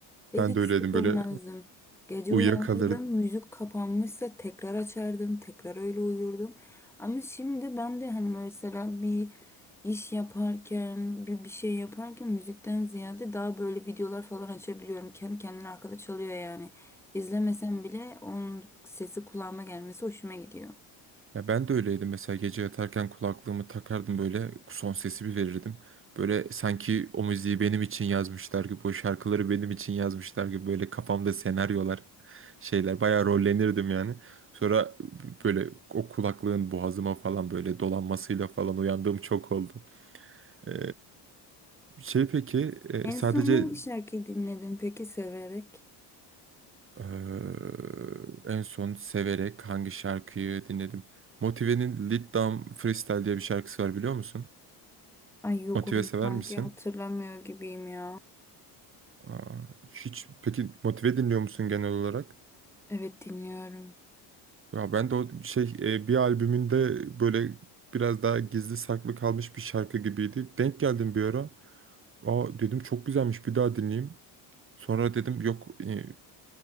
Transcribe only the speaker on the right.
Ben
de öyleydim
böyle
uyuyakalır
Ya ben de öyleydim mesela gece yatarken kulaklığımı takardım böyle son sesi bir verirdim. Böyle sanki o müziği benim için yazmışlar gibi, o şarkıları benim için yazmışlar gibi böyle kafamda senaryolar, şeyler bayağı rollenirdim yani. Sonra böyle o kulaklığın boğazıma falan böyle dolanmasıyla falan uyandığım çok oldu. Ee, şey peki e,
sadece
e, en son severek hangi şarkıyı dinledim? Motive'nin Lead Down Freestyle diye bir şarkısı var biliyor musun?
Motive
sever
misin?
Aa, hiç peki motive dinliyor musun genel olarak?
Ya ben de o şey e, bir albümünde böyle biraz daha gizli saklı kalmış bir şarkı gibiydi. Denk geldim bir ara. Aa dedim çok güzelmiş bir daha dinleyeyim. Sonra dedim yok e,